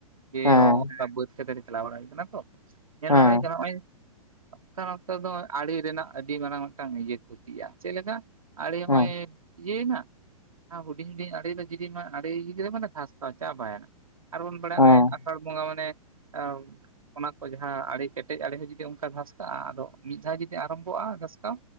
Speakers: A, on the right (about 70°); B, on the left (about 85°).
A: ᱡᱮ
B: ᱦᱮᱸ
A: ᱚᱱᱠᱟ ᱵᱟᱹᱫᱽ ᱠᱷᱮᱛ ᱨᱮ ᱪᱟᱞᱟᱣ ᱵᱟᱲᱟ ᱦᱩᱭ ᱠᱟᱱᱟ ᱛᱚ ᱧᱮᱞ
B: ᱦᱮᱸ
A: ᱵᱟᱲᱟ ᱦᱩᱭ ᱠᱟᱱᱟ ᱦᱚᱸᱜ-ᱚᱭ ᱚᱱᱠᱟ ᱚᱠᱛᱚ ᱫᱚ ᱟᱲᱮ ᱨᱮᱱᱟᱜ ᱟᱹᱰᱤ ᱢᱟᱨᱟᱝ ᱢᱤᱫᱴᱟᱝ ᱤᱭᱟᱹ ᱠᱷᱚᱛᱤᱜᱼᱟ, ᱪᱮᱫᱮ ᱞᱮᱠᱟ? ᱟᱲᱮ ᱦᱚᱸᱜᱼᱚᱭ
B: ᱦᱮᱸ
A: ᱤᱭᱟᱹᱭᱮᱱᱟ ᱟᱨ ᱦᱩᱰᱤᱧ ᱦᱩᱰᱤᱧ ᱟᱲᱮ ᱨᱮ ᱡᱩᱫᱤ ᱱᱚᱣᱟ ᱟᱲᱮ ᱤᱭᱟᱹ ᱠᱮᱫᱟ ᱢᱟᱱᱮ ᱫᱷᱟᱥᱛᱟᱣᱟ ᱪᱟᱵᱟᱭᱮᱱᱟ᱾ ᱟᱨᱵᱚᱱ ᱵᱟᱲᱟᱭᱟ
B: ᱦᱮᱸ
A: ᱦᱚᱸᱜ-ᱚᱭ ᱟᱥᱟᱲ ᱵᱚᱸᱜᱟ ᱢᱟᱱᱮ ᱮ ᱚᱱᱟ ᱠᱚ ᱡᱟᱦᱟᱸ ᱟᱲᱮ ᱠᱮᱴᱮᱡ ᱟᱲᱮ ᱦᱚᱸ ᱡᱩᱫᱤ ᱚᱱᱠᱟ ᱜᱷᱟᱥ ᱠᱟᱜ-ᱟ ᱟᱫᱚ ᱢᱤᱫ ᱫᱷᱟᱣ ᱡᱩᱫᱤ ᱟᱨᱟᱢᱵᱷᱚᱜᱼᱟ ᱜᱷᱟᱥᱠᱟᱣ